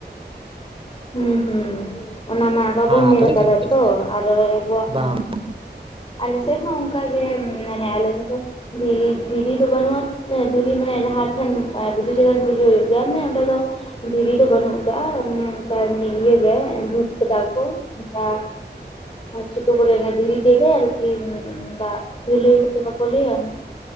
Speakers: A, on the left; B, on the right.
A: ᱦᱩᱸ ᱦᱩᱸ ᱚᱱᱟ ᱢᱟ, ᱵᱟᱵᱚᱱ
B: ᱟᱯᱮ
A: ᱧᱮᱞ
B: ᱫᱚ
A: ᱠᱟᱫᱟ
B: ᱪᱮᱫ ᱞᱮᱠᱟ
A: ᱛᱚ ᱟᱨ ᱟᱵᱚᱣᱟᱜ
B: ᱵᱟᱝ
A: ᱢᱟ, ᱟᱞᱮ ᱥᱮᱜ ᱦᱚᱸ ᱚᱱᱠᱟ ᱜᱮ ᱢᱟᱱᱮ ᱟᱞᱮ ᱥᱮᱜ ᱫᱚ ᱫᱷᱤᱨᱤ ᱫᱷᱤᱨᱤ ᱫᱚ ᱵᱟᱹᱱᱩᱜᱼᱟ ᱫᱷᱤᱨᱤ ᱢᱟᱱᱮ ᱡᱟᱦᱟᱸᱴᱷᱮᱱ ᱵᱤᱫᱩᱪᱸᱱᱫᱚᱱ ᱯᱩᱡᱟᱹ ᱦᱩᱭᱩᱜ ᱜᱮᱭᱟ ᱢᱟᱱᱮ ᱚᱸᱰᱮ ᱫᱚ, ᱫᱷᱤᱨᱤ ᱫᱚ ᱵᱟᱹᱱᱩᱜ ᱟᱠᱟᱜ ᱚᱱᱮ ᱚᱱᱠᱟ ᱤᱭᱟᱹ ᱜᱮ ᱫᱩᱵ ᱠᱟᱫᱟ ᱠᱚ ᱚᱱᱠᱟ, ᱪᱤ ᱠᱚ ᱯᱚᱨᱮ ᱨᱮ ᱫᱷᱤᱨᱤ ᱛᱮ ᱜᱮ ᱟᱨᱠᱤ ᱚᱱᱠᱟ ᱰᱷᱤᱞᱤ ᱠᱚᱛᱮ ᱵᱟᱠᱚ ᱞᱟᱹᱭᱟ᱾ ᱦᱮᱸ,